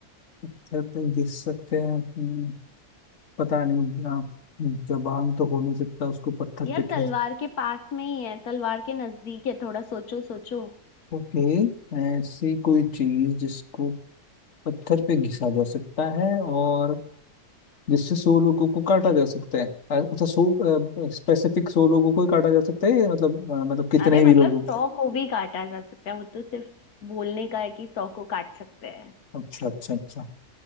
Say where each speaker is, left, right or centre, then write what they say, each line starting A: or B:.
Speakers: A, on the left; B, on the left.
A: पत्थर पे घिस सकते हैं हम्म, पता नहीं अ, जबान तो हो नहीं सकता उसको पत्थर
B: यार
A: पे
B: तलवार
A: कह
B: के पास में ही है तलवार के नजदीक है थोड़ा सोचो सोचो
A: ओके ऐसी कोई चीज जिसको पत्थर पे घिसा जा सकता है और जिससे सौ लोगों को काटा जा सकता है अ- अच्छा सौ स्पेसिफिक सौ लोगों को ही काटा जा सकता है या मतलब अ, मतलब कितने
B: अरे मतलब
A: भी लोगों
B: सौ को भी काटा जा सकता है वो तो सिर्फ बोलने का है कि सौ को काट सकते हैं
A: को? अच्छा अच्छा अच्छा